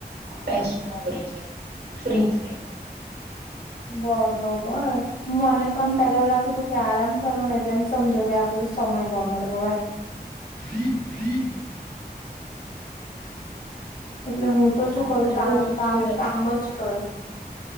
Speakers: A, on the right; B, on the left.
A: બેસું ન વરી થાય ફ્રી થાય
B: બરોબર મને તો એમ પેલા એવું લાગતું હતું કે આરામ કરવો ને એટલે એમ સમજો કે આપણો સમય બગાડવો એમ
A: બ બટ
B: એટલે હું તો શું
A: ના
B: કરું
A: પણ એવું
B: કામ
A: નથી
B: કામ
A: હતું
B: કામ જ કરું